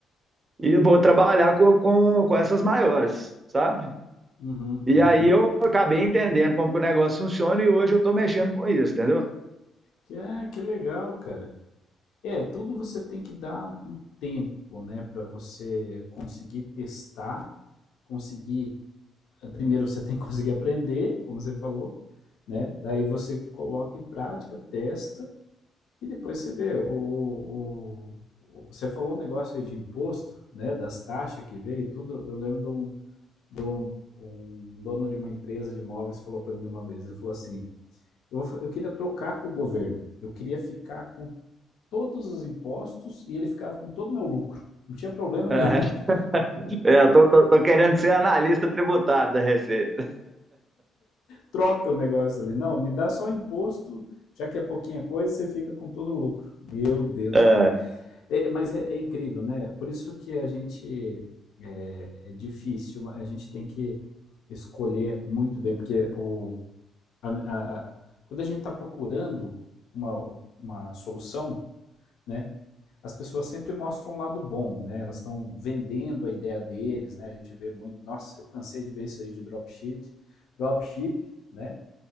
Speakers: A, on the right (about 30°); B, on the left (about 80°).
A: e vou trabalhar com, com, com essas maiores, sabe?
B: uhum,
A: E
B: uhum.
A: aí eu acabei entendendo como que o negócio funciona e hoje eu estou mexendo com isso, entendeu?
B: Que, ah, que legal, cara. É, tudo você tem que dar um tempo, né, para você conseguir testar, conseguir. eh, Primeiro você tem que conseguir aprender, como você falou, né? Daí você coloca em prática, testa. E depois você vê, o, o- você falou um negócio aí de imposto, né, das taxas que veio e tudo. Eu lembro de um, de um- um dono de uma empresa de imóveis falou para mim uma vez, ele falou assim, eu, eu queria trocar com o governo, eu queria ficar com todos os impostos e ele ficava com todo o meu lucro. Não tinha problema
A: <laughs>
B: nenhum. <laughs>
A: É, é eu tô, tô, tô, querendo ser analista tributário da Receita.
B: Troca o negócio ali. Não, me dá só o imposto, já que é pouquinha coisa, você fica com todo o lucro. Meu Deus,
A: É.
B: cara. É, mas é, é incrível, né? Por isso que a gente é, é difícil, a gente tem que escolher muito bem, porque o, a- a- a- quando a gente está procurando uma, uma solução, né? As pessoas sempre mostram um lado bom, né? Elas estão vendendo a ideia deles, né? A gente vê muito, nossa, eu cansei de ver isso aí de dropship, dropship, né?